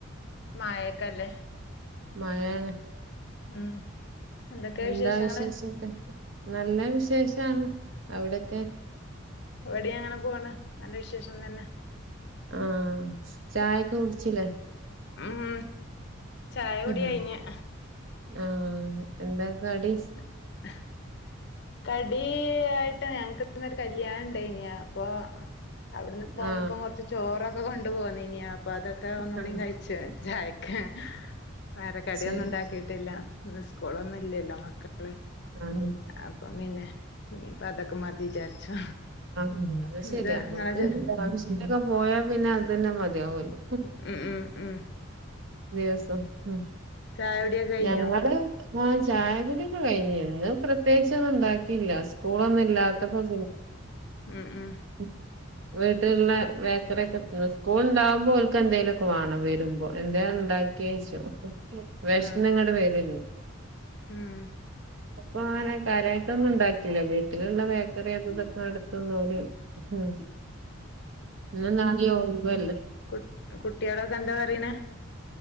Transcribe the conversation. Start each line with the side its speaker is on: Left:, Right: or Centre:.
Left: മയൊക്കല്ലേ
Right: മഴാണ്
Left: ഉം എന്തൊക്കെയാ
Right: എന്താ
Left: വിശേഷങ്ങള്
Right: വിശേഷം ഒക്കെ നല്ല വിശേഷാണ് അവിടെക്കെ
Left: ഇവിടെയാണ് പോണ്‌ നല്ല വിശേഷം തന്നെ
Right: ആഹ് ചായൊക്കെ കുടിച്ചില്ലേ
Left: ഉം ചായ കുടി
Right: ഉ ഹൂം
Left: കഴിഞ്ഞ്
Right: ആഹ് എന്താ കടി
Left: <inaudible> കടിയായിട്ട് ഞങ്ങക്ക്ന്നൊരു കല്യാണ ഇണ്ടെയ്നിം അപ്പൊ അവിടുന്ന്
Right: ആ
Left: പോന്നപ്പം കൊറച്ച് ചോറൊക്കെ കൊണ്ടു പോന്നീനി അപ്പൊ അതൊക്കെ ഒന്നുടി
Right: ആ,
Left: കഴിച്ചു ചായക്ക്‌ വേറെ കടിയൊന്നും
Right: ശരി
Left: ഉണ്ടാക്കിട്ടില്ല ഇന്ന് സ്കൂളൊന്നും ഇല്ലല്ലോ മക്കള്
Right: ആഹ്
Left: അപ്പം പിന്നെ ഇനീപ്പ അതൊക്കെ മതി വിചാരിച്ചു
Right: ആഹ് അത് ശരിയാ
Left: എന്താ നിങ്ങളെ
Right: നമുക്ക്
Left: ചെ
Right: ഒരാവിശ്യത്തിന് പോയാ പിന്നെ അതന്നെ മതിയാവോല്ലോ
Left: മ്മ് മ്മ് മ്മ്
Right: ദിവസോം ഉം
Left: ചായ കുടിയൊക്കെ കഴിഞ്ഞോ
Right: ഞങ്ങള് ആഹ് ചായ കുടിക്കെ കഴിഞ്ഞ് ഇന്ന് പ്രത്യേകിചോന്നും ഉണ്ടാക്കിയില്ല സ്കൂളൊന്നും ഇല്ലാത്തപ്പം
Left: മ്മ് മ്മ്
Right: <inaudible> വീട്ടിലുള്ള ബേക്കറിയൊക്കെ തിന്ന് സ്കൂൾ ഉണ്ടാവുമ്പോ ഓൽക്ക് എന്തെലൊക്കെ വേണം വരുമ്പോ എന്ത <unintelligible> ഉണ്ടാക്കിയേ ചോയ്ച്ചും വേഷന്നിങ്ങട്ട്
Left: ആ
Right: വരല്ലേ
Left: ഉം
Right: പ്പോ അങ്ങനെ കാര്യയിട്ടൊന്നും ഉണ്ടാക്കില്ല വീട്ടിലുള്ള ബേക്കറി അതു ഇതൊക്കെ എടുത്തുന്നോല് ആഹ് ഇന്നും നാളെയും ഒഴിവല്ലേ
Left: കുട്ട് കുട്ടിളൊക്കെ എന്താ പറയ്ണേ